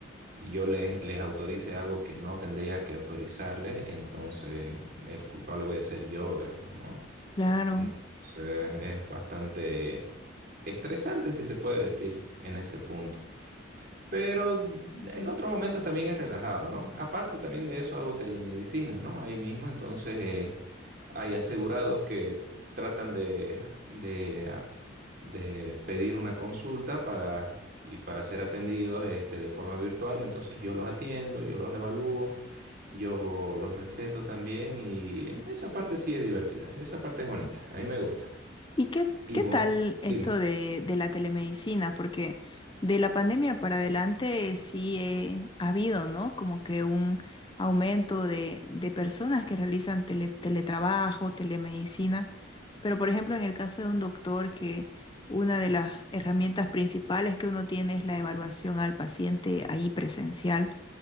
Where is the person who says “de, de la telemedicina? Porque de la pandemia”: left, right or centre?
Left